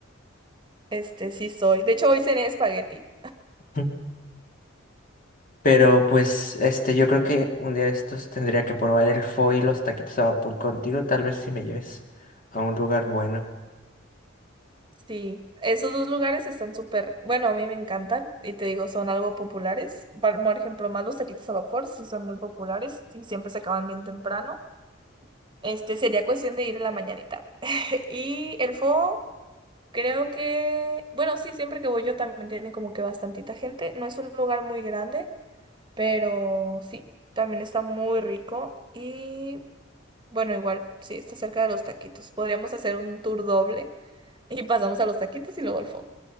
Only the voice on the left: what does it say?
<laughs> Pero pues este yo creo que un día de estos tendría que probar el pho y los taquitos a vapor contigo, tal vez si me lleves a un lugar bueno.